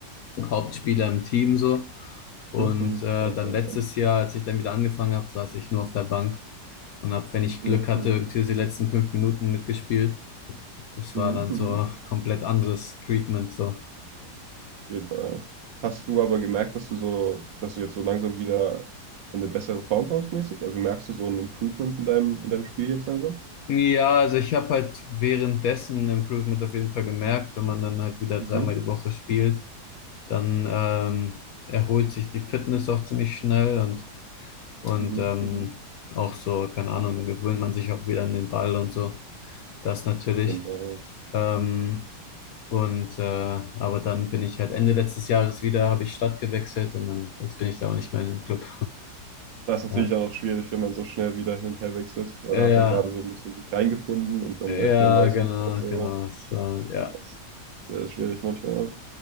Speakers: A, on the left; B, on the right.
A: Hauptspieler im Team so. Und
B: Mhm, mhm.
A: äh,
B: Same,
A: dann
B: same,
A: letztes
B: same.
A: Jahr, als ich dann wieder angefangen habe, saß ich nur auf der Bank und habe, wenn ich
B: Mhm,
A: Glück hatte,
B: mhm,
A: irgendwie so die letzten fünf Minuten mitgespielt. Das
B: mhm,
A: war dann
B: mhm.
A: so komplett anderes Treatment so.
B: Auf jeden Fall. Ja. Hast du aber gemerkt, dass du so, dass du jetzt so langsam wieder in eine bessere Form kommst mäßig? Also merkst du so ein Improvement in deinem, in deinem Spiel jetzt langsam? Auf
A: Ja, also ich habe halt währenddessen ein Improvement auf jeden Fall gemerkt, wenn man dann halt wieder
B: Mhm,
A: dreimal die Woche spielt, dann ähm, erholt sich die Fitness auch ziemlich schnell und, und
B: mhm,
A: ähm,
B: mhm.
A: auch so, keine Ahnung, dann gewöhnt man sich auch wieder an den Ball und so. Das natürlich.
B: Auf jeden Fall. ja.
A: Ähm, und äh, aber dann bin ich halt Ende letztes Jahres wieder, habe ich Stadt gewechselt und dann jetzt bin ich da auch nicht mehr in dem Club.
B: Das ist natürlich
A: <laughs>
B: auch noch schwierig, wenn man so schnell wieder hin und her wechselt, weil
A: Ja,
B: da hat
A: ja,
B: man gerade so ein bisschen sich reingefunden und dann
A: ja,
B: direkt wieder ein neues
A: genau,
B: Umfeld so.
A: genau. Es war, ja.
B: Das ist sehr schwierig manchmal, ja.